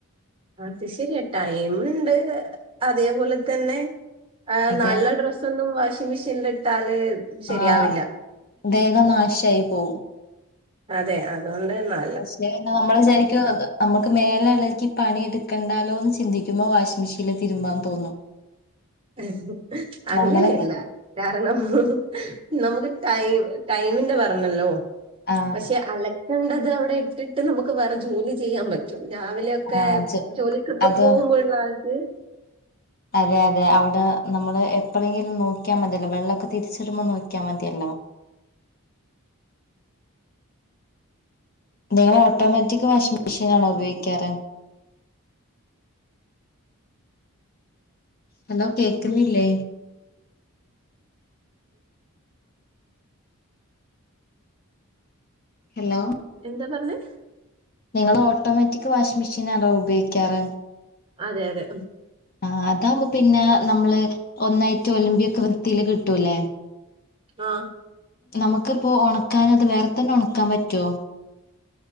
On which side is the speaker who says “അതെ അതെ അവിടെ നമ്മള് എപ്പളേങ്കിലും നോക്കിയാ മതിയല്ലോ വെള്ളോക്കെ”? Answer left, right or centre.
Left